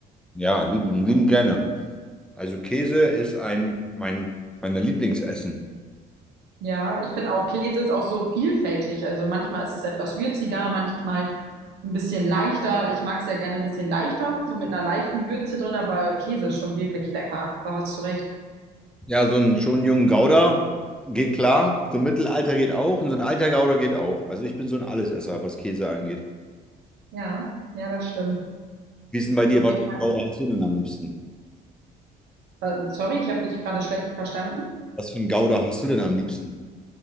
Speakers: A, in the centre; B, on the right.
A: Ja, lieben, lieben gerne. Also Käse ist ein mein meiner Lieblingsessen.
B: Ja, ich finde auch, Käse ist auch so vielfältig. Also manchmal ist es etwas würziger, manchmal ein bisschen leichter. Ich mag es ja gerne ein bisschen leichter, so mit einer leichten Würze drin, aber Käse ist schon wirklich lecker. Da hast du recht.
A: Ja, so ein schon jungen Gouda geht klar, so ein Mittelalter geht auch und so ein alter Gouda geht auch. Also ich bin so ein Allesesser, was Käse angeht.
B: Ja, ja, das stimmt.
A: Wie ist denn bei dir,
B: Auf
A: was
B: jeden
A: für ein Gouda hast du denn am liebsten?
B: Fall. Äh, Sorry, ich habe dich gerade schlecht verstanden.
A: Was für ein Gouda hast du denn am liebsten?